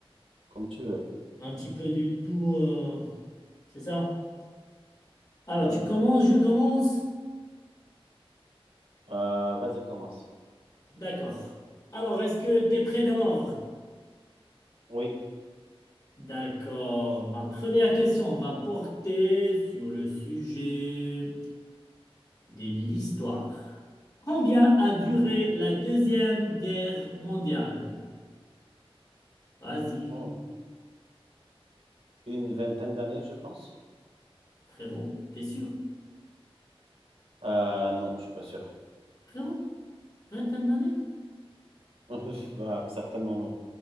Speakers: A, on the right (about 80°); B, on the left (about 40°).
A: comme tu veux.
B: Un petit peu du tout, euh, c'est ça? Alors,
A: Mhm.
B: tu commences, je commence.
A: Euh, vas-y, commence.
B: D'accord. Alors, est-ce que tu es prêt d'abord?
A: Oui.
B: D'accord. Ma première question va porter sur le sujet de l'histoire. Combien a duré
A: Mhm.
B: la Deuxième Guerre mondiale? Vas-y,
A: Oh. Une vingtaine d'années, je pense.
B: frérot, t'es sûr?
A: Euh, non, je suis pas sûr.
B: Frérot, vingtaine d'années?
A: <laughs> Bah, certainement non.